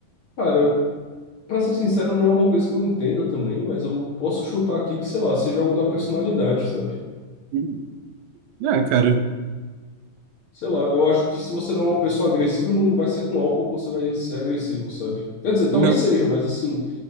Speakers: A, on the left; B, on the right.
A: Cara, pra ser sincero, não é uma coisa que eu entenda também, mas eu posso chutar aqui que, sei lá, seja algo da personalidade, sabe?
B: Hum. É, cara.
A: Sei lá, eu acho que se você não é uma pessoa agressiva, não vai ser com álcool que você vai ser agressivo, sabe? Quer dizer, talvez
B: Não.
A: seja, mas assim.